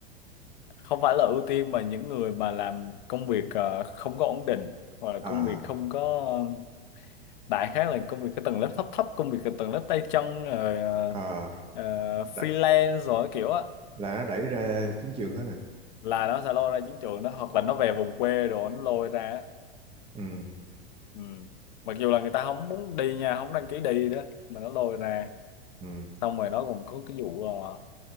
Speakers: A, on the left; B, on the right.
A: không phải là ưu tiên mà những người mà làm công việc ờ, không có ổn định hoặc là
B: à
A: công việc không có ờ, đại khái là công việc cái tầng lớp thấp thấp công việc cái tầng lớp tay chân rồi ờ,
B: à
A: ờ, freelance
B: là,
A: rồi kiểu á
B: là nó đẩy ra chiến trường hết à
A: là nó sẽ lôi ra chiến trường đó hoặc là nó về vùng quê đồ nó lôi ra á.
B: ừ
A: ừ. mặc dù là người ta không muốn đi nha không đăng ký đi đó mà nó lôi ra
B: ừ
A: xong rồi nó còn có cái vụ ờ,